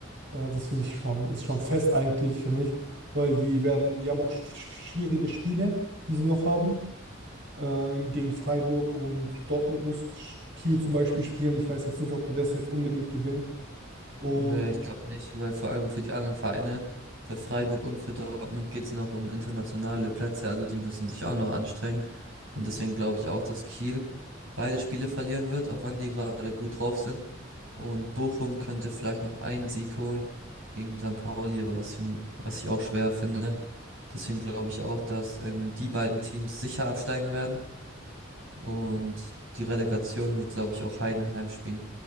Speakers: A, on the right; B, on the right.
A: Äh, das finde ich schon, ist schon fest eigentlich für mich, weil die werden, die haben auch sch sch- schwierige Spiele, die sie noch haben. Äh, gegen Freiburg und Dortmund muss Sch- Kiel zum Beispiel spielen. Ich weiß jetzt nicht, ob die das jetzt unbedingt gewinnen. Und,
B: Nee, ich glaube nicht, weil vor allem für die anderen Vereine, für Freiburg und für Dortmund geht es noch um internationale Plätze, also die müssen sich auch noch anstrengen. Und deswegen glaube ich auch, dass Kiel beide Spiele verlieren wird, auch wenn die gerade gut drauf sind. Und Bochum könnte vielleicht noch einen Sieg holen gegen St. Pauli, aber was, fin- was ich auch schwer finde. Deswegen glaube ich auch, dass ähm, die beiden Teams sicher absteigen werden. Und die Relegation wird, glaube ich, auch Heidenheim spielen.